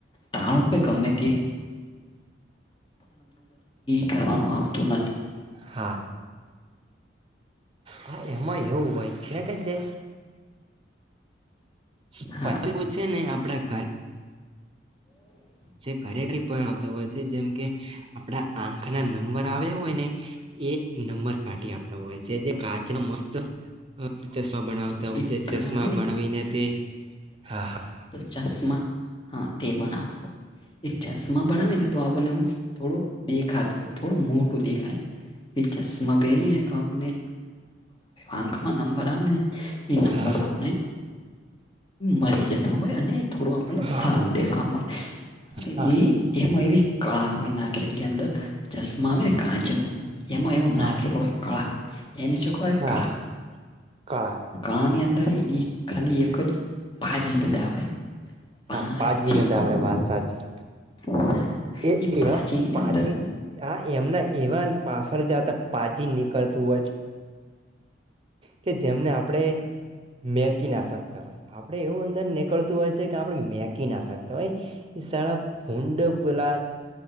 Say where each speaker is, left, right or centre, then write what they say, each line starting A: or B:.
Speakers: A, on the left; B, on the right.
A: તાળુંઈ ગમે તે કરવાનું આવતું નથી.
B: હા હા એમાં એવું હોય છે કે જે <unintelligible>
A: હા <inaudible>
B: કરરેક રિપો આવતા હોય છે જેમ કે આપડા આંખ ના નંબર આવ્યા હોય ને એ નંબર કાઢી આપતા હોય છે જે કાચ ન મસ્ત ચશ્મા બનાવતા હોય
A: એ
B: છે
A: પેલા
B: ચશ્મા
A: આવે ને
B: બનાવીને તે હા હા
A: ચશ્મા હા તે બનાતો હોય એ ચશ્મા બનાવે ને તો આપણને થોડું દેખાતું હોય થોડું મોટું દેખાય એ ચશ્મા પહેરીને તો આપણને આંખમાં નંબર આવે એ નંબર
B: હા
A: આપણે મરી જતા હોય અને થોડું આપણને
B: હા
A: સારું દેખાવા મળે
B: હા
A: એ એમાં એવી કળા હોય નાખેલી અંદર ચશ્મા આવે ને કાચ નું એમાં એવું
B: હા
A: નાખેલું હોય કળા એની શું કય
B: હા કળા
A: <unintelligible> <inaudible>
B: હા પાજી ના દાવડે વાત સાચી એ
A: પાંચીની
B: પાજી
A: અંદર
B: આ એમના એવા પાછળ જતા પાજી કરતું હોય કે જેમને આપણેે મેકી ના શકતા હોય. આપડે એવું અંદર નીકળતું હોય છે કે આપડે મેકી ના શકતા હોય. ઈ શાળા ભૂડ પેલા